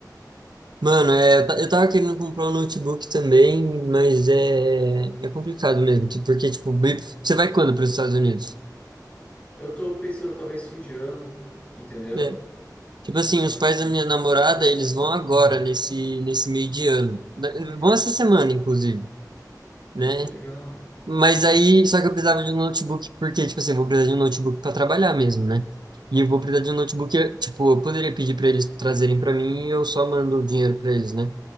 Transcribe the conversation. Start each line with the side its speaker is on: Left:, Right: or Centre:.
Right: mano, é, eu ta- eu tava querendo comprar um notebook também, mas é, é complicado mesmo. tipo, Porque, tipo, bem- você vai quando para os Estados Unidos?
Left: Eu tô pensando talvez fim de ano, entendeu?
Right: É. Tipo assim,
Left: Algo
Right: os pais
Left: assim.
Right: da minha namorada, eles vão agora, nesse, nesse meio de ano. Da-
Left: Hum,
Right: Vão essa semana, inclusive,
Left: ah,
Right: né?
Left: que legal.
Right: Mas aí, só que eu precisava de um notebook, porque, tipo assim, eu vou precisar de um notebook para trabalhar mesmo, né? E eu vou precisar de um notebook, eu- tipo, eu poderia pedir para eles trazerem para mim e eu só mando o dinheiro para eles, né?